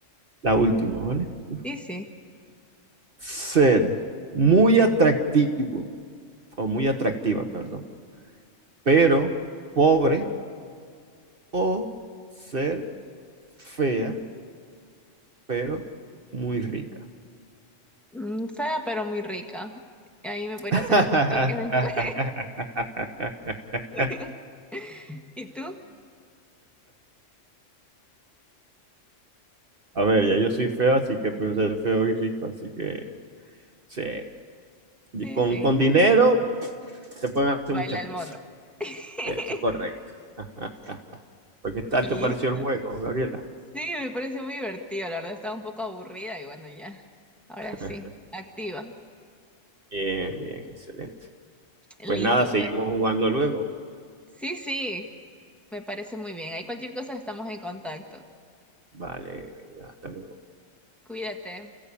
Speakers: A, on the right; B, in the centre.
A: La última, ¿vale? Uf.
B: sí, sí.
A: Ser muy atractivo o muy atractiva, perdón, pero pobre o ser fea, pero muy rica.
B: Mm, fea, pero muy rica. Ahí me podría
A: <laughs>
B: hacer los retoques después. <laughs> ¿Y tú?
A: A ver, ya yo soy feo, así que prefiero ser feo y rico, así que sí. Y
B: Sí,
A: Con,
B: sí.
A: con dinero se pueden hacer
B: Baila
A: muchas
B: el
A: cosas.
B: mono. <laughs>
A: Eso es correcto. Ajá. Pues, ¿qué tal
B: Listo.
A: te pareció el juego, Gabriela?
B: Sí, me parece muy divertido. La verdad estaba un poco aburrida y bueno, ya. Ahora
A: <laughs>
B: sí. Activa.
A: Bien, bien, excelente.
B: Listo,
A: Pues nada, seguimos
B: pues.
A: jugando luego.
B: Sí, sí. Me parece muy bien. Ahí cualquier cosa estamos en contacto.
A: Vale, venga, hasta luego.
B: Cuídate.